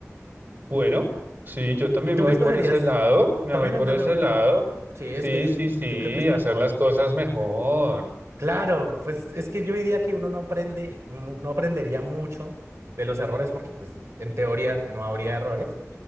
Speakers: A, on the right (about 45°); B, on the right (about 60°).
A: bueno, sí, yo también
B: ¿Y tú
A: me
B: qué
A: voy
B: escogerías?
A: por ese lado, me
B: ¿También
A: voy por
B: el de
A: ese
B: rebobinar?
A: lado.
B: Sí,
A: Sí,
B: es que
A: sí, sí,
B: yo creo que es mejor.
A: hacer las cosas mejor.
B: Claro, pues es que yo diría que uno no aprende, mu- no aprendería mucho de los errores porque pues en teoría no habría errores,